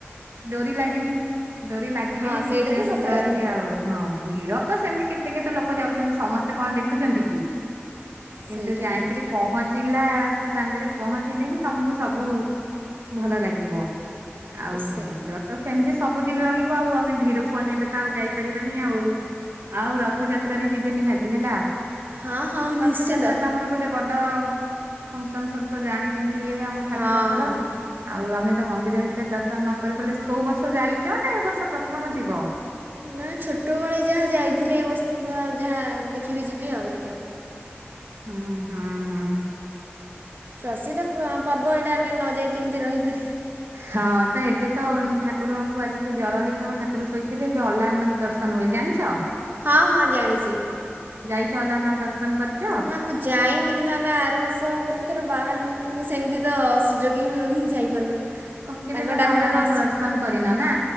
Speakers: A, on the right; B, on the right.
A: ଡୋରି ଲାଗିନି ଡୋରି ଲାଗିଲେ
B: ହଁ
A: ହିଁ
B: ସେଇଟା
A: ନିଶ୍ଚୟ
B: ତ ସତ
A: ଯିବାରି
B: କଥା
A: ଆଉ ହଁ ଭୀଡ ତ ସେମତି କେତେ କେତେ ଲୋକ ଯାଉଛନ୍ତି ସମସ୍ତେ କଣ ଦେଖୁଛନ୍ତି କି କିନ୍ତୁ
B: ସେଇଟା
A: ଯାଇକିରି
B: ଠିକ୍।
A: ପହଞ୍ଚିଲା ସେ ଦାଣ୍ଡରେ ପହଞ୍ଚିଲେ ହିଁ ତମକୁ ସବୁ ଭଲ ଲାଗିବ ଆଉ
B: ସେ
A: ଭିଡ ତ ସେମିତି ସବୁଦିନ ରହିବ ଆଉ ଆମେ ଭିଡକୁ ଅନେଇଲେ ତ ଆଉ ଯାଇପାରିବାନି ଆଉ ଆଉ ରଥଯାତ୍ରାରେ ଯିବେ ନିହାତି ହେଲା
B: ହଁ ହଁ
A: ରଥଯାତ୍ରା
B: ନିଶ୍ଚିନ୍ତ
A: ତ ଆମର ଗୋଟେ ବଡ ପଂକ୍ସନ ସବୁ ତ ଜାଣିଛ କେମିତି ଇଏ ଆମ
B: ହଁ।
A: ଠାକୁରଙ୍କର ଆଉ ଆମେ ମନ୍ଦିର ଭିତରେ ଦର୍ଶନ ନ କରି ପାଇଲେ କୋଉ ବର୍ଷ ଯାଇଛ ନା ଏ ବର୍ଷ ପ୍ରଥମ ଯିବ
B: ନା ଛୋଟବେଳେ ଯାହା ଯାଇଥିଲି ଏ ବର୍ଷ ତ ଯାହା ଦେଖିବି ଯିବି ଆଉ
A: ହୁଁ ହୁଁ ହୁଁ
B: ପ୍ରସିଦ୍ଧ ପର୍ବ ଏଇଟା ଆମେ ନ ଯାଇକ କେମିତି ରହିପାରିବୁ
A: ହଁ ତ ଏବେ ତ ଠାକୁରଙ୍କୁ ଆଜିଠୁ ଜର ହେଇଥିବ ଠାକୁର ଶୋଇଥିବେ ଏବେ ଅଲାରନାଥ ଦର୍ଶନ ହୁଏ ଜାଣିଛ
B: ହଁ ହଁ ଜାଣିଛି
A: ଯାଇଛ ଅଲାରନାଥ ଦର୍ଶନ କରିଛ?
B: ନା ମୁଁ ଯାଇନି କିନ୍ତୁ ଆମେ ଆର ବର୍ଷ କେତେ ଥର ବାହାରିଲୁ କିନ୍ତୁ ସେମିତି ତ ସୁଯୋଗ ହିଁ ମିଳୁନି ଯାଇପାରୁନୁ
A: ଓ କେବେ
B: ତାଙ୍କ
A: ମାନେ
B: ଡାକରା
A: ଅଲାନାଥ
B: ନ ଆସି
A: ଦର୍ଶନ କରିନ ନା